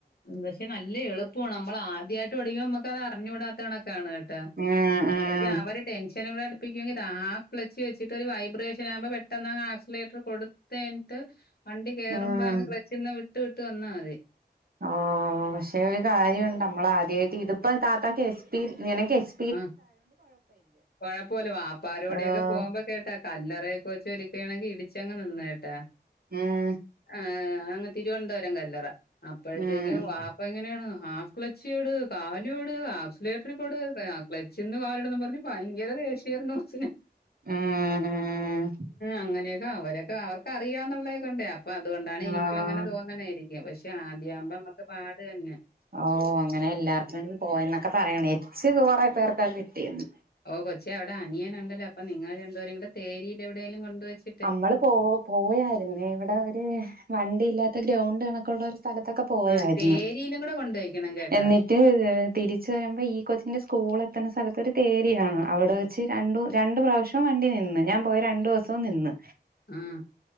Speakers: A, on the left; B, on the right.
A: പക്ഷെ നല്ല എളുപ്പമാണ് നമ്മൾ ആദ്യായിട്ട് ഓടിക്കോ നമ്മക്കത് അറിഞ്ഞുകൂടാത്തേണ്. ആണ്കേട്ടാ
B: ഉം ഉം
A: പക്ഷെ അവര്ടെൻഷന് കൂടെ. ഹാഫ് ക്ളച്ച് വെച്ചിട്ട് ഒരു വൈബ്രേഷൻ ആകുമ്പോ പെട്ടെന്ന്ങ് ആക്സിലേറ്റർ കൊടുത്ത കഴിഞ്ട്ട്. വണ്ടി കേയറുമ്പോ
B: ഉം
A: അങ് ക്ളച്ന് വിട്ട് വിട്ട് വന്നാൽ മതി.
B: ഓ പക്ഷെ ഒരു കാര്യംണ്ട് നമ്മള ആദ്യമായിട്ട് ഇതിപ്പോ താത്തകെ എസ് പി നിനക്കെ സ്പി.
A: ആ കൊഴപ്പോല്ല വാപ്പാരോടെക്കെ
B: ആഹ്
A: പോകുമ്പോ. കേട്ടാ കല്ലറയക്കെ വെച്ചൊരിക്കുകയാണെങ്കി ഇടിച്ചങ്ങ് നിന്ന് കേട്ടാ.
B: ഉം
A: ആഹ് അങ്ങ് തിരുവനന്തപുരം കല്ലറ. അപ്പോഴത്തേക്കും
B: ഉം
A: വാപ്പ ഇങ്ങനെണ് ഹാഫ് ക്ലച്ചിയോട് കാലുട് ആക്‌സിലേറ്ററ് കൊട്. ക്ലച്ചിന് കാലിടണം പറഞ്ഞ് ഭയങ്കര ദേഷ്യാ യിരുന്നു കൊച്ചിന്.
B: ഉം ഉം
A: അങ്ങനെ അവരൊക്ക ആർക്കറിയാന്നുള്ള ഇതുണ്ട് അപ്പൊ അതുകൊണ്ടാണ് എനിക്കും
B: ആഹ്
A: അങ്ങനെ തോന്നണായിരിക്കും പക്ഷെ ആദ്യ ആവുമ്പോ നമ്മുക്ക് പാട് തന്നെ.
B: ഓ അങ്ങനെ എല്ലാർക്കും പോയന്നൊക്കെ പറയണ എച് കൊറെ പേർക്കൊക്കെ കിട്ടിന്ന്.
A: ഓ കൊച്ചെ അവിടെ അനിയനുണ്ടല്ലോ അപ്പ നിങ്ങൾ രണ്ടുപേരും കൂടെ തേരിൽ എവിടെലും കൊണ്ട് പോയി.
B: നമ്മള് പോയായിരുന്നേ ഇവിടെ ഒര് വണ്ടിയില്ലാത്ത ഗ്രൗണ്ട് കണക്കുള്ള. സ്ഥലത്തൊക്കെ പോയായിരുന്നു
A: ആഹ് തേരിയിലും കൂടെ കൊണ്ടോയ്ക്കണം കേട്ടാ
B: എന്നിട്ട്. ന്നിട്ട് തിരിച്ച വരുമ്പോ ഈ കൊച്ചിന്റെ സ്കൂൾ എത്തുന്ന സ്ഥലത്ത് ഒരു തേരിയാണ അവിടെ. രണ്ട പ്രാവശ്യവും വണ്ടി നിന്ന് ഞാൻ പോയ രണ്ടു ദിവസവും നിന്ന്.
A: ആഹ്